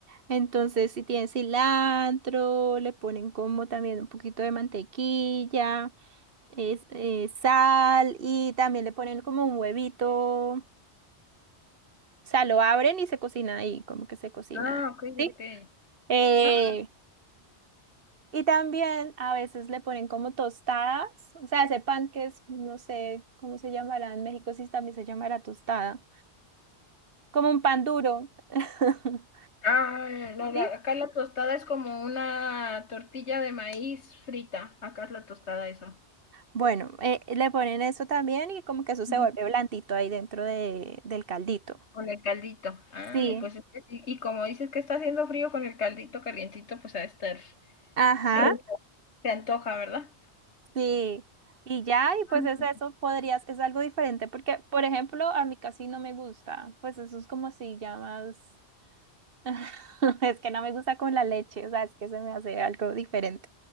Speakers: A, on the right (about 55°); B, on the left (about 75°).
A: Entonces, si tiene cilantro, le ponen como también un poquito de mantequilla, es, eh, sal y también le ponen como un huevito. O sea, lo abren y se cocina ahí, como que se cocina.
B: Ah, ok,
A: ¿sí?
B: ok.
A: Eh,
B: Ah,
A: y también a veces le ponen como tostadas, o sea, ese pan que es, no sé cómo se llamará en México, si también se llamará tostada, como un pan duro. <laughs>
B: Ah, no,
A: ¿Sí?
B: la- acá la tostada es como una tortilla de maíz frita. Acá es la tostada eso,
A: Bueno, eh, le ponen eso también y como que eso se
B: Ujú.
A: vuelve blandito ahí dentro de, del caldito.
B: con el caldito. Ah,
A: Sí.
B: pues es que sí. Y como dices que está haciendo frío con el caldito calientito, pues ha de estar
A: Ajá,
B: rico. Se antoja, ¿verdad?
A: sí. Y ya, y pues
B: Ah,
A: es
B: sí.
A: eso, podrías, es algo diferente, porque, por ejemplo, a mí casi no me gusta, pues eso es como si llamas. <laughs> Es que no me gusta con la leche, o sea, es que se me hace algo diferente.